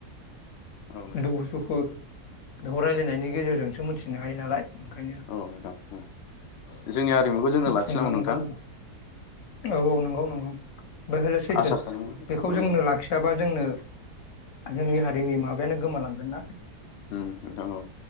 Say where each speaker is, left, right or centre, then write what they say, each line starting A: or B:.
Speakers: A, on the left; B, on the left.
A: नोंथां
B: दुखु सुखु खोथाखौ रायलायनायनि गेजेरजोंसो मोनथिनो हा नालाय ओंखायनो
A: औ नोंथां ओम जोंनि आरिमुखौ जोंनो लाखिनांगौ
B: खुंनांगोन
A: नोंथां
B: आरो औ औ नंगौ नंगौ बे हले सैथो
A: आसा खालामो
B: बेखौ
A: औ
B: जोंनो लाखियाबा जोंनो जोंनि हारिनि माबायानो गोमालां गोनना
A: ओम नोंथां औ